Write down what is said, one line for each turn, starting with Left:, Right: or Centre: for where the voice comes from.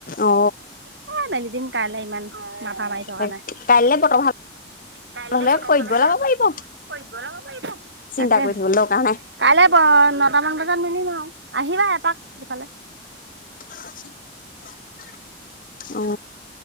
Left: অ
Right: হে মেলি দিম কালে ইমান মাথা মাৰি থকা
Left: অ
Right: নাই
Left: কাইলে বতৰ ভাল
Right: কাই
Left: হলে
Right: বতৰ
Left: কৰিবলৈ
Right: ভাল হলে
Left: পাৰিব
Right: তাকে
Left: চিন্তা কৰি থাকিব দৰকাৰ নাই
Right: কাইলে নট মান বজাত মিলিম আৰু আহিবা এপাক সফালে
Left: <unintelligible> উ